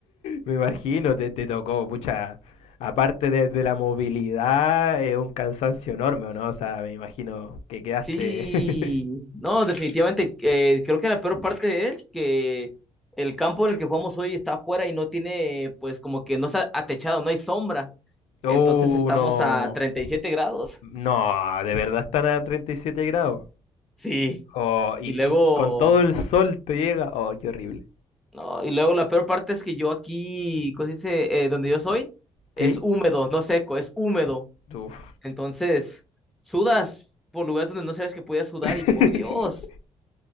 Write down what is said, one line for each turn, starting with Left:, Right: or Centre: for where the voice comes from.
Left: Me imagino, te, te tocó, pucha, aparte de, de la movilidad, es un cansancio enorme, ¿o ¿no? O sea, me imagino que quedaste...
Centre: Sí,
Left: <laughs>
Centre: no, definitivamente eh, creo que la peor parte es que el campo en el que jugamos hoy está afuera y no tiene, pues como que no está atechado, no hay sombra.
Left: Uh,
Centre: Entonces estamos
Left: no,
Centre: a 37 grados.
Left: no, ¿de verdad están a 37 grados?
Centre: Sí,
Left: Oh, y,
Centre: y luego
Left: y con todo el sol te llega, oh, qué horrible.
Centre: No, y luego la peor parte es que yo aquí, ¿cómo se dice? Eh, donde yo soy, es
Left: ¿Sí?
Centre: húmedo, no seco, es húmedo.
Left: Uf.
Centre: Entonces, sudas por lugares donde no sabes que podías sudar
Left: <laughs>
Centre: y por Dios,